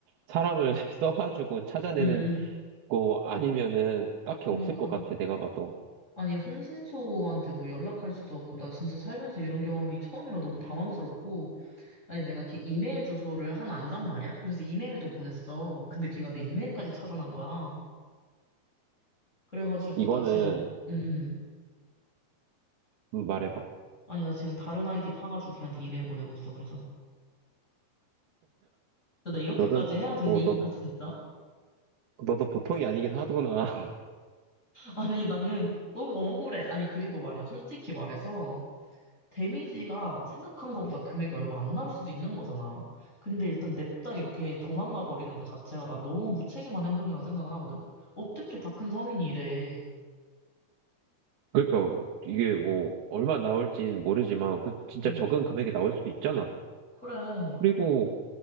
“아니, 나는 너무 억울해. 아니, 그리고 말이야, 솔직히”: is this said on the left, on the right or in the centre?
Left